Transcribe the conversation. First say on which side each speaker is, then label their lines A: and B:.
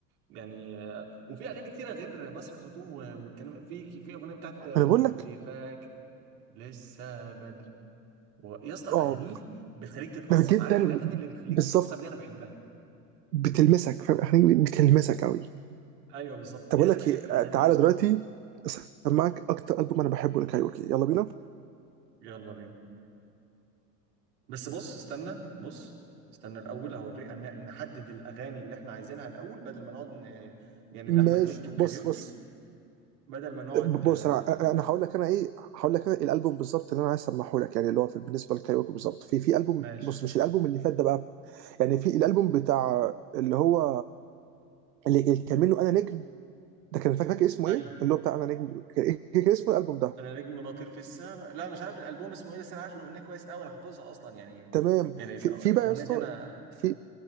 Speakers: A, on the right; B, on the right.
A: يعني آه، وفي اغاني كتيره غير مسرح وتوه و- والكلام في في اغنيه بتاعت آه،
B: انا
A: كنت
B: بقول لك
A: فاكر لسه بدري و- يا اسطى
B: اه
A: اغانيه بتخليك تتاثر
B: جدا
A: عارف الاغاني اللي بتخليك
B: بالظبط
A: تتاثر دي انا بحبها
B: بتلمسك فاهم اغاني بتلمسك قوي
A: ايوه بالظبط
B: طب
A: دي
B: اقول
A: انا
B: لك
A: بحب
B: ايه
A: الاغاني
B: آه، تعالى
A: دي بصراحه
B: دلوقتي اسمعك اكتر البوم انا بحبه لكايروكي يلا بينا
A: يلا بينا بس بص استنى بص استنى الاول هوريك أن- نحدد الاغاني اللي احنا عايزينها الاول بدل ما نقعد ن... يعني
B: ماشي
A: لاحمد مكي وكاريوكي
B: بص بص
A: بدل ما نقعد
B: بص
A: آه،
B: انا انا هقول لك انا ايه هقول لك انا الالبوم بالظبط اللي انا عايز اسمعه لك يعني اللي هو في بالنسبه للكايروكي بالظبط في في البوم
A: ماشي
B: بص مش الالبوم اللي فات ده بقى يعني في الالبوم بتاع اللي هو اللي اللي كان منه انا نجم ده كان فاكر فاكر اسمه
A: ايوه
B: ايه اللي هو بتاع انا نجم كان إيه، كان اسمه الالبوم ده
A: انا نجم بطير في السماء لا مش عارف الالبوم اسمه ايه بس انا عارف الاغنيه كويس قوي انا حافظها اصلا يعني
B: تمام
A: يعني
B: في
A: الأ-
B: في
A: الاغنيه
B: بقى يا اسطى
A: دي انا
B: في